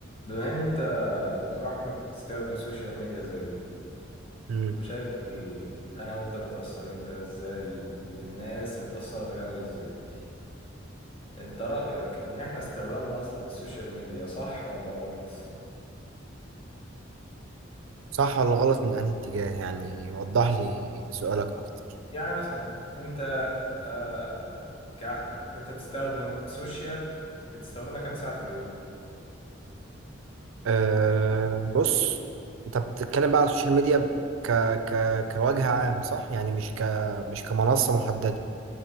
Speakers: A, on the left; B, on the right.
A: بما ان انت يا دكتور احمد تستخدم السوشيال ميديا زيي
B: مم.
A: وشايف ال... انا وانت متأثرين بيها ازاي والناس متأثرة بيها اوي ازاي انت رأيك ان احنا استخدامنا اصلا للسوشيال ميديا صح ولا غلط
B: صح ولا غلط من أنهي اتجاه يعني وضح لي سؤالك أكتر
A: يعني مثلا انت آه... كأحمد انت بتستخدم سوشيال بتستخدمها كام ساعة في اليوم
B: أه بص أنت بتتكلم بقى على السوشيال ميديا ك... ك... كوجه عام صح يعني مش ك... مش كمنصة محددة